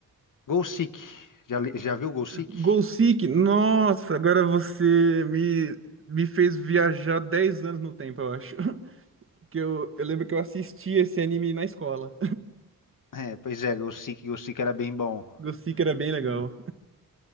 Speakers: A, on the left; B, on the right.
A: Gol Seek. Já, li- já viu Gol Seek?
B: Goal Seek, nossa, agora você me, me fez viajar 10 anos no tempo, eu acho. <laughs> Que eu, eu lembro que eu assisti esse anime na escola.
A: É, pois é, Gol Seek, Gol Seek era bem bom.
B: <laughs> Goal Seek era bem legal.
A: Eu não-